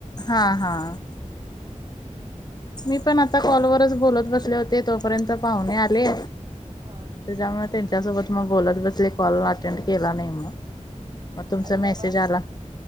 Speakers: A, on the left (about 30°); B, on the right (about 35°).
A: हां हां. मी पण आता कॉलवरच बोलत बसले होते. तोपर्यंत पाहुणे आले.
B: अ
A: त्याच्यामुळे त्यांच्यासोबत मग बोलत बसले कॉल अटेंड केला नाही मग. मग तुमचा
B: आई
A: मेसेज
B: बाबा
A: आला.